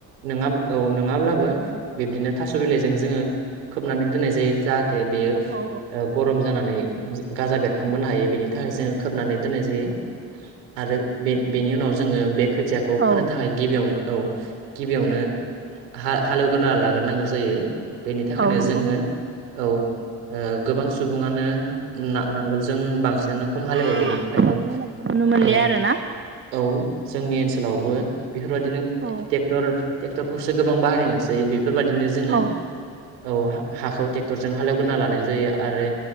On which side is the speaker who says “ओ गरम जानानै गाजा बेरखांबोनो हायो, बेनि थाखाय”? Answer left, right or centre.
Right